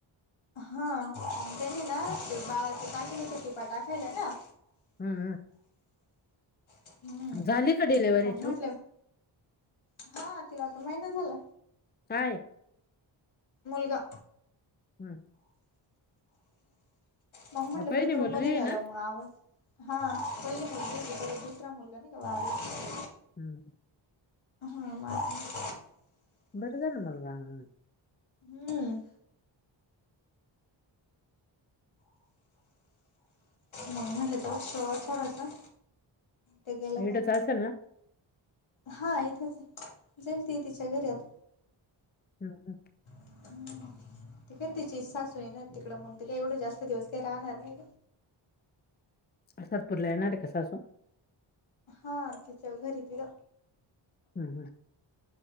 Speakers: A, on the left; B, on the left.
A: हा त्यांनी ना
B: हम्म,
A: ते बाळाच टाकलंच टिपा टाकायला ना
B: हम्म हम
A: हम्म
B: झाली का डिलिव्हरी
A: मग
B: चू
A: म्हटले हा तिला आता महिना झाला
B: काय
A: मुलगा
B: हम्
A: मग म्हटलं
B: हा, पहिली
A: परत रूम
B: मुलगी
A: मध्ये
B: आहे
A: गेलावर
B: ना
A: मग आवाज हा पहिला मुलगा हो परत दुसरा मुलगा नाही का
B: हम्
A: हा म
B: बर झा ना मुलगाव
A: हम्म. मग म हे तर श थोडा ना. ते गेलं
B: इडच
A: का
B: असेल ना
A: हा इथेच जाईल त तिच्या घरी आता
B: हा हा.
A: हम्. त काय त्यािची इचस्छा अस ना तिकडं मग ते काय एवढं जास्त दिवस काय राहणार नाही.
B: अादपूरला ये ना क का स सावाासून
A: हा तिच्या घरी ति
B: हम् हम्